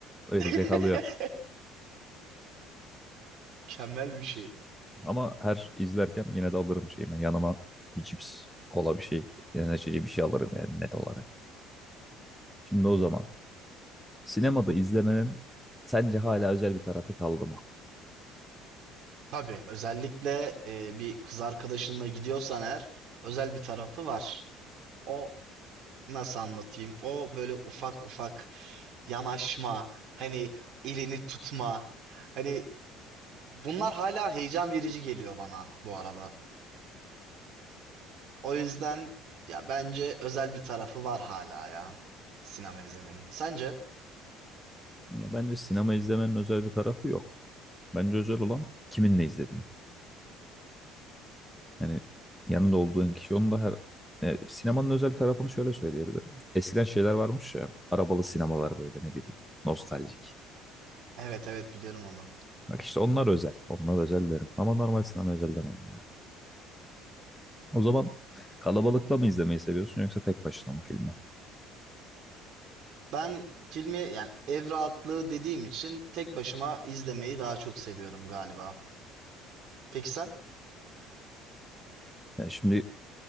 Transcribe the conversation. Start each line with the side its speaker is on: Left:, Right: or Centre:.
Centre: Öylece
Right: <laughs>
Centre: kalıyorum.
Right: Mükemmel bir şey.
Centre: Ama her izlerken yine de alırım şeyimi. Yanıma bir cips, kola bir şey, enerjici bir şey alırım yani net olarak. Şimdi o zaman. Sinemada izlemenin sence hala özel bir tarafı kaldı mı?
Right: Tabii özellikle e, bir kız arkadaşınla gidiyorsan eğer özel bir tarafı var. O nasıl anlatayım? O böyle ufak ufak yanaşma, hani elini tutma. Hani bunlar hala heyecan verici geliyor bana bu arada. O yüzden ya bence özel bir tarafı var hala ya sinema izlemenin. Sence?
Centre: Ya bence sinema izlemenin özel bir tarafı yok. Bence özel olan kiminle izlediğin. Yani yanında olduğun kişi. Onun da her e, sinemanın özel tarafını şöyle söyleyebilirim. Eskiden şeyler varmış ya, arabalı sinemalar böyle ne bileyim, nostaljik.
Right: Evet evet biliyorum onu.
Centre: Bak işte onlar özel. Onlar özel derim. Ama normal sinema özel demem ya. O zaman kalabalıkla mı izlemeyi seviyorsun yoksa tek başına mı filmi?
Right: Ben filmi yani ev rahatlığı dediğim için tek başıma izlemeyi daha çok seviyorum galiba. Peki sen?
Centre: Ya şimdi